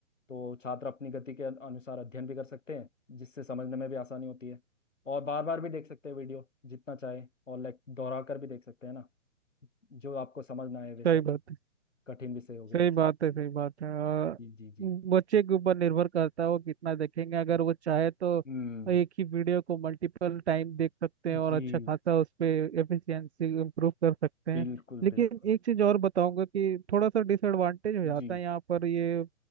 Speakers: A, on the left; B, on the right.
A: तो छात्र अपनी गति के अन- अनुसार अध्ययन भी कर सकते हैं जिससे समझने में भी आसानी होती है और बार बार भी देख सकते हैं वीडियो जितना चाहे और लाइक दोहरा कर भी देख सकते हैं ना जो आपको समझना है वैसे
B: सही बात
A: कठिन विषय हो गए
B: सही
A: जैसे
B: बात है सही बात है और
A: जी जी जी
B: बच्चे के ऊपर निर्भर करता है वो कितना देखेंगे अगर वो चाहे तो
A: हम्म
B: एक ही वीडियो को मल्टीपल टाइम देख सकते हैं और
A: जी
B: अच्छा खासा उस पे एफिशिएंसी इम्प्रूव कर सकते हैं
A: बिल्कुल
B: लेकिन
A: बिल्कुल
B: एक चीज़ और बताऊंगा कि थोड़ा सा डिसएडवांटेज हो जाता
A: जी
B: है यहाँ पर ये